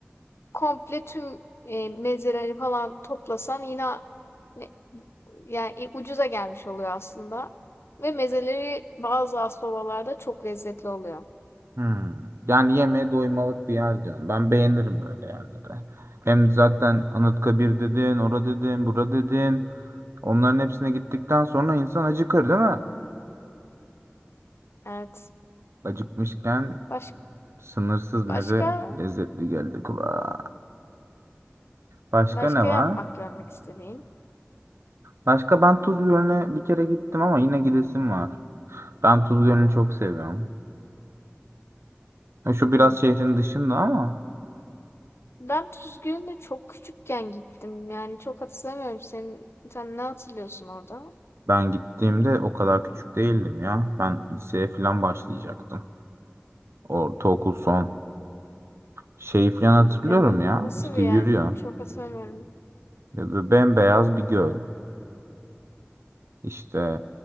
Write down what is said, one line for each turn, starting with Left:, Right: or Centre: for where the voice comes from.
Left: komple tüm e, mezeleri falan toplasan yine ne- yani e, ucuza gelmiş oluyor aslında. Ve mezeleri bazı aspabalarda çok lezzetli oluyor.
Right: Hmm. Yani yemeğe doymalık bir yer diyorum. Ben beğenirim böyle yerleri. Hem zaten Anıtkabir dedin, ora dedin, bura dedin. Onların hepsine gittikten sonra insan acıkır değil mi?
Left: Evet.
Right: Acıkmışken
Left: Baş,
Right: Sınırsız meze
Left: başka
Right: lezzetli geldi kulağa. Başka
Left: başka
Right: ne var?
Left: yapmak görmek istediğim.
Right: Başka ben Tuz Gölü'ne bir kere gittim ama yine gidesim var. Ben Tuz Gölü'nü çok seviyorum. E, Şu biraz
Left: Hmm.
Right: şehrin dışında ama
Left: Ben Tuzgün'e çok küçükken gittim. Yani çok hatırlamıyorum. Senin, sen ne hatırlıyorsun orada?
Right: ben gittiğimde o kadar küçük değildim ya. Ben liseye falan başlayacaktım. Ortaokul son. Şeyi falan hatırlıyorum
Left: ya na-
Right: ya.
Left: nasıl
Right: İşte
Left: bir
Right: yürüyor.
Left: yer? Çok hatırlamıyorum.
Right: Ve böyle Bembeyaz bir göl. İşte